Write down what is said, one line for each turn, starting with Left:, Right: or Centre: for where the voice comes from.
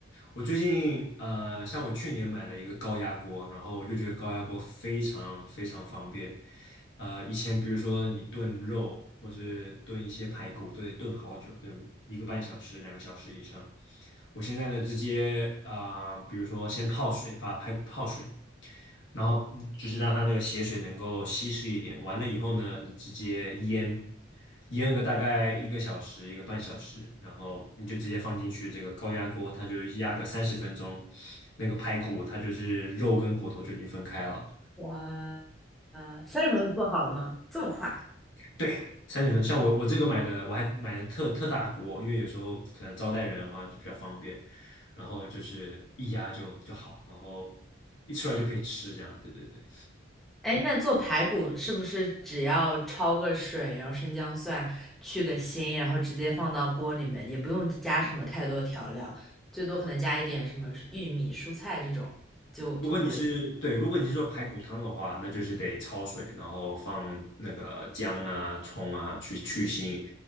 Left: 我最近呃，像我去年买了一个高压锅，然后我就觉得高压锅非常非常方便。呃，以前比如说你炖肉或是炖一些排骨，都得炖好久，炖一个半小时、两个小时以上。我现在呢，直接啊、呃比如说先泡水，把排骨泡水，然后嗯就是让它那个血水能够稀释一点。完了以后呢，你直接腌，腌个大概一个小时、一个半小时，然后你就直接放进去这个高压锅，它就压个三十分钟，那个排骨它就是肉跟骨头就已经分开了。
Centre: 哇，呃，三十分钟就做好了吗？这么快？
Left: 对，三十分。像我我这个买的，我还买的特特大锅，因为有时候可能招待人的话就比较方便，然后就是一压就就好，然后一出来就可以吃，这样。对对对。
Centre: 哎，那做排骨是不是只要焯个水，然后生姜蒜去个腥，然后直接放到锅里面，也不用加什么太多调料，最多可能加一点什么玉米、蔬菜这种就就可以。
Left: 如果你是对，如果你是做排骨汤的话，那就是得焯水，然后放那个姜啊、葱啊去去腥，